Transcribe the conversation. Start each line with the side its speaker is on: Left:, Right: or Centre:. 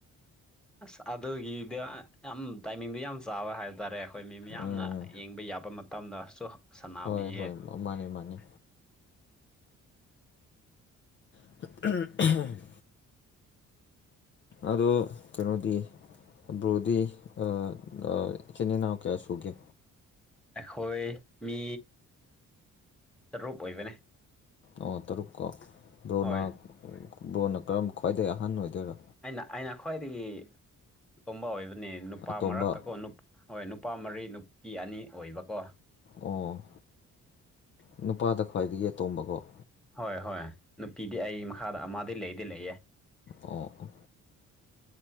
Centre: ꯑꯁ ꯑꯗꯨꯒꯤꯗ ꯌꯥꯝ ꯇꯥꯏꯃꯤꯡꯗ ꯌꯥꯝ ꯆꯥꯕ ꯍꯥꯏꯕ ꯇꯥꯔꯦ ꯑꯩꯈꯣꯏ ꯃꯤ ꯃꯤꯌꯥꯝꯅ
Left: ꯎꯝ
Centre: ꯌꯦꯡꯕ ꯌꯥꯕ ꯃꯇꯝꯗꯁꯨ ꯁꯥꯟꯅꯕꯤꯌꯦ
Left: ꯍꯣꯏ ꯍꯣꯏ ꯃꯥꯅꯦ ꯃꯥꯅꯦ <unintelligible> ꯑꯗꯣ ꯀꯩꯅꯣꯗꯤ ꯕ꯭ꯔꯣꯗꯤ ꯑ ꯑ ꯏꯆꯤꯟ ꯏꯅꯥꯎ ꯀꯌꯥ ꯁꯨꯒꯦ
Centre: ꯑꯩꯈꯣꯏ ꯃꯤ ꯇꯔꯨꯞ ꯑꯣꯏꯕꯅꯦ
Left: ꯑꯣ ꯇꯔꯨꯛ ꯀꯣ ꯕ꯭ꯔꯣꯅ
Centre: ꯍꯣꯏ
Left: ꯕ꯭ꯔꯣꯅ ꯀꯔꯝ ꯈ꯭ꯋꯥꯏꯗꯒꯤ ꯑꯍꯥꯟ ꯑꯣꯏꯗꯣꯏꯔꯥ
Centre: ꯑꯩꯅ ꯑꯩꯅ ꯈ꯭ꯋꯥꯏꯗꯒꯤ ꯇꯣꯝꯕ ꯑꯣꯏꯕꯅꯤ ꯅꯨꯄꯥ
Left: ꯑꯇꯣꯝꯕ
Centre: ꯃꯔꯛꯇꯀꯣ ꯅꯨꯞ ꯍꯣꯏ ꯅꯨꯄꯥ ꯃꯔꯤ ꯅꯨꯄꯤ ꯑꯅꯤ ꯑꯣꯏꯕꯀꯣ
Left: ꯑꯣ ꯅꯨꯄꯥꯗ ꯈ꯭ꯋꯥꯏꯗꯒꯤ ꯑꯇꯣꯝꯕꯀꯣ
Centre: ꯍꯣꯏ ꯍꯣꯏ ꯅꯨꯄꯤꯗꯤ ꯑꯩ ꯃꯈꯥꯗ ꯑꯃꯗꯤ ꯂꯩꯗꯤ ꯂꯩꯌꯦ
Left: ꯑꯣ ꯑꯣ